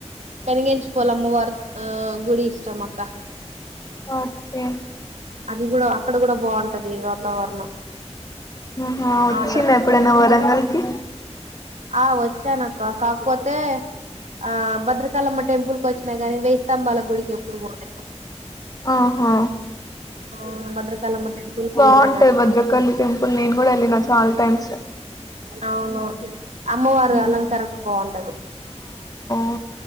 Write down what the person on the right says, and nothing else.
పెనిగించిపోలేము వర్ ఆ గుడి ఇష్టమక్క
అది కూడా అక్కడ కూడా బాగుంటది వాతావరణం
ఆంధ్ర
ఆ వచ్చాను అక్క కాకపోతే ఆ భద్రకాలమ్మ టెంపుల్ కు వచ్చా గాని వెయయి స్తంభాల గుడికి ఎప్పుడు పోలేదు
ఆ భద్రకాళమ్మ టెంపుల్ కి
వెళ్ళినా గాని
అవును అమ్మవారు
అలంకరణ బావుంటది